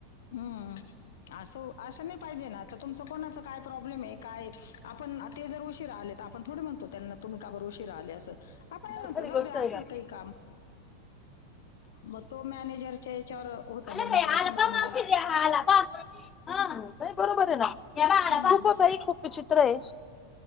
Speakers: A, on the left (about 60°); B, on the left (about 20°).
A: हं. असं नाही पाहिजे ना तुमचं कोणाच काय प्रॉब्लेम आहे काय आपण ते जर उशीर आले तर आपण थोडे म्हणतो त्यांना तुम्ही काबर उशीरा आले असं काय
B: आहे
A: म्हणतो
B: खरी
A: जाऊ
B: गोष्ट
A: द्याअसेल
B: आहे ना
A: काही काम मग तो मॅनेजरच्या याच्यावर होता
B: आला
A: म्हणून
B: बाई
A: तस
B: आला
A: मॅनेजर
B: पा मावशी आला पा नाही बरोबर आहे ना हे बा
A: हम्
B: आला पा खूप होता खूप विचित्र आहे